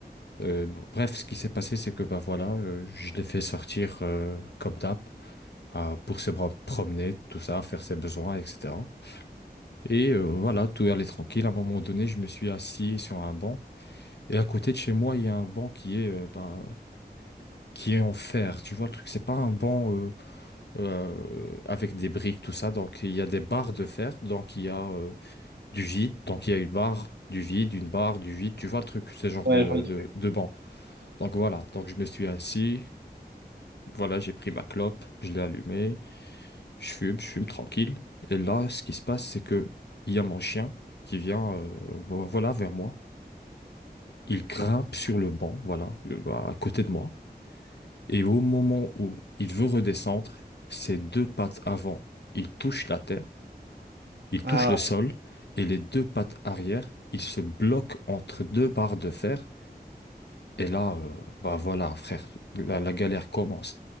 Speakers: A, on the left; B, on the right.
A: Euh, bref, ce qui s'est passé, c'est que bah voilà, euh, je l'ai fait sortir euh, comme d'hab. bah, pour se bra- promener, tout ça, faire ses besoins, etc. Et euh, voilà, tout allait tranquille. À un moment donné, je me suis assis sur un banc. Et à côté de chez moi, il y a un banc qui est, euh, bah, qui est en fer. Tu vois, le truc, c'est pas un banc euh, euh, avec des briques, tout ça. Donc, il y a des barres de fer. Donc, il y a euh, du vide. Donc, il y a une barre, du vide, une barre, du vide. Tu vois le truc, ce genre
B: Ouais,
A: de,
B: je vois le truc.
A: de, de banc. Donc, voilà. Donc, je me suis assis. Voilà, j'ai pris ma clope, je l'ai allumée. Je fume, je fume tranquille. Et là, ce qui se passe, c'est que il y a mon chien qui vient, euh, vo- voilà, vers moi. Il grimpe sur le banc, voilà, euh, bah, à côté de moi. Et au moment où il veut redescendre, ses deux pattes avant, il touche la terre, il
B: Ah,
A: touche le sol, et les deux pattes arrière, il se bloque entre deux barres de fer. Et là, euh, bah voilà, frère, la la galère commence.